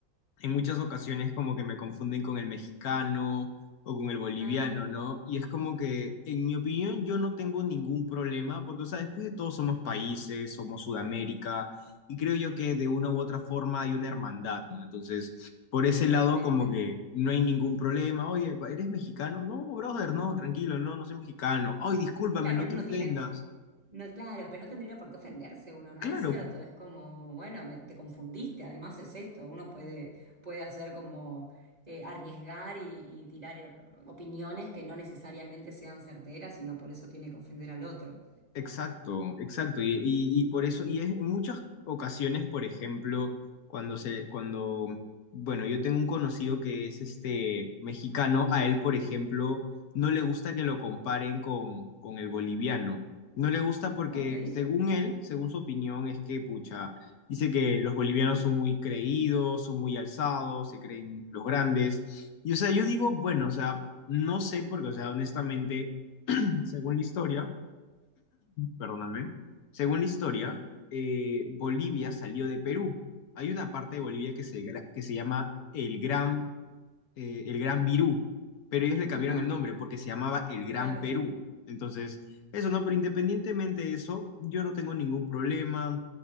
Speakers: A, on the left; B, on the right.
A: en muchas ocasiones como que me confunden con el mexicano o con el boliviano,
B: Ah,
A: ¿no? Y es como que, en mi opinión, yo no tengo ningún problema, porque, o sea, después de todo somos países, somos Sudamérica, y creo yo que de una u otra forma hay una hermandad, ¿no? Entonces, por ese
B: totalmente.
A: lado como que no hay ningún problema. Oye, pa- ¿eres mexicano? No, brother, no, tranquilo, no, no soy mexicano. Ay, discúlpame,
B: Claro,
A: no
B: uno
A: te
B: no
A: ofendas.
B: tiene, no, claro, pero no tendría por qué ofenderse uno, ¿no?
A: Claro,
B: Es cierto, es como, bueno, me- te confundiste, además es esto, uno puede, puede hacer como eh, arriesgar y, y tirar eh, opiniones que no necesariamente sean certeras y no por eso tiene que ofender al otro.
A: Exacto, exacto. Y, y- y por eso, y es en muchas ocasiones, por ejemplo, cuando se, cuando, bueno, yo tengo un conocido que es este mexicano, a él, por ejemplo, no le gusta que lo comparen con, con el boliviano. No le gusta porque,
B: Ok,
A: según él, según su opinión, es que, pucha, dice que los bolivianos son muy creídos, son muy alzados, se creen los grandes. Y, o sea, yo digo, bueno, o sea, no sé porque, o sea, honestamente, según la historia, perdóname, según la historia,
B: sí.
A: eh, Bolivia salió de Perú. Hay una parte de Bolivia que se, gra- que se llama el Gran, eh, el Gran Virú, pero ellos le cambiaron
B: Ajá,
A: el nombre porque se llamaba el Gran
B: claro,
A: Perú. Entonces, eso no, pero independientemente de eso, yo no tengo ningún problema.